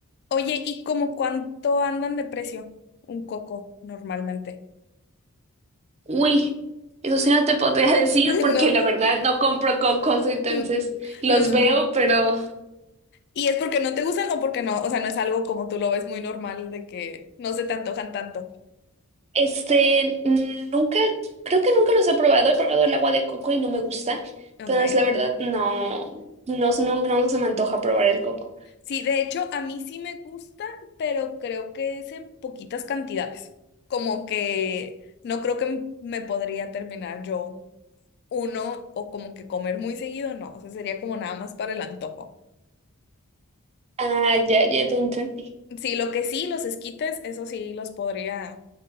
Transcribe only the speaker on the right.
Uy, eso sí no te podría <laughs> decir
porque
la verdad no compro cocos, entonces
los
veo, pero
este, mm, nunca, creo que nunca los he probado. He probado el agua de coco y no me gusta.
Entonces, la verdad, no, no, no, no se me antoja probar el coco.
Ah, ya, ya te entendí.